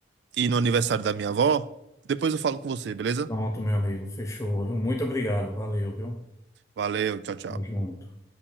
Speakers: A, on the right; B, on the left.
A: ir no aniversário da minha avó, depois eu falo com você, beleza?
B: Pronto, meu amigo, fechou. Muito obrigado, valeu, viu?
A: Valeu, tchau, tchau.
B: Tamo junto.